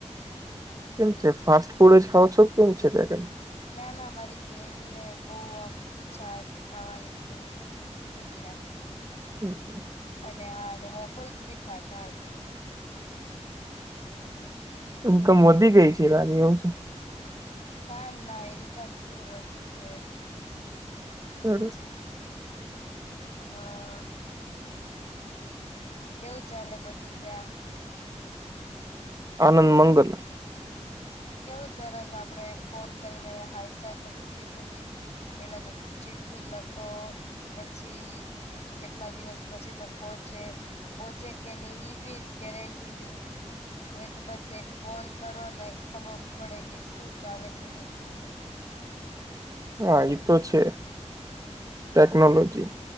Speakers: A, on the right; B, on the left.
A: કેમ છે ફાસ્ટ ફૂડ જ ખાવઓ છો કેમ છે ત્યાંને?
B: ના ના મારી બેનને બવ આમ ઈચ્છા હતી ખાવાની તો એટલે.
A: હમ્મ.
B: અને હા અને વોફલ્સ બી ખાધા આજે તો.
A: ઈનકમ વધી ગઈ છે એ લાગે એવું છે.
B: ના ના ઇન્કમ શું વધશે.
A: <unintelligible>
B: હા. કેવું ચાલે બધું ત્યાં?
A: આનંદ મંગલ.
B: કેવું સરસ આપડે ફોન કરીને હાલ ચાલ તો પૂછી શકીએ. પેલા તો ચિઠ્ઠી લખો પછી કેટલા દિવસ પછી તો પોચે. પોચે કે ની ઈ બી ગેરંટી ની. હવે તો બસ એક ફોન કરો ને ખબર પડે કે શું ચાલે છે કે શું ની.
A: હા એતો છે ટેકનોલોજી.